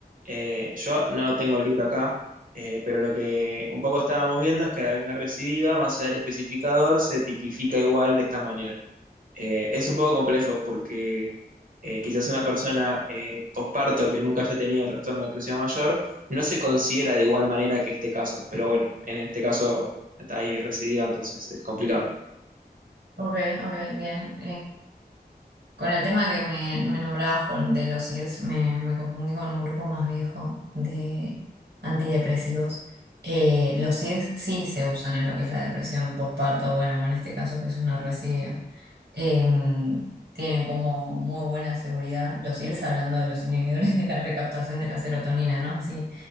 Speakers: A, on the right; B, on the right.
A: Eh, yo no lo tengo el libro acá, eh, pero lo que un poco estábamos viendo es que al haber una recidiva, más allá del especificador, se tipifica igual de esta manera. Eh, es un poco complejo porque eh, quizás una persona eh, posparto que nunca haya tenido trastorno de depresión mayor no se considera de igual manera que este caso, pero bueno, en este caso está ahí recidiva, entonces es complicado.
B: Ok, ok, bien. Con el tema que me, me nombrabas con, de los IRS, me, me confundí con un grupo más viejo de antidepresivos. Eh, los IRS sí se usan en lo que es la depresión postparto, bueno, o en este caso que es una residuo. Em, tienen como muy buena seguridad los IRS, hablando de los inhibidores de la recaptación de la serotonina, ¿no? Así